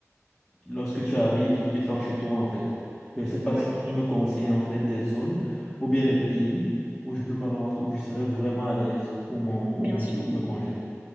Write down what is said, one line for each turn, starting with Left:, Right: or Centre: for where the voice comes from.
Centre: lorsque tu arrives, tu te sens chez toi, en fait. Je ne sais pas
Right: Ouais,
Centre: si tu peux me conseiller, en fait, des zones ou bien des pays où je peux me rendre, où je serai vraiment à l'aise pour mon, pour
Right: bien
Centre: mon-
Right: sûr.
Centre: pour me congé.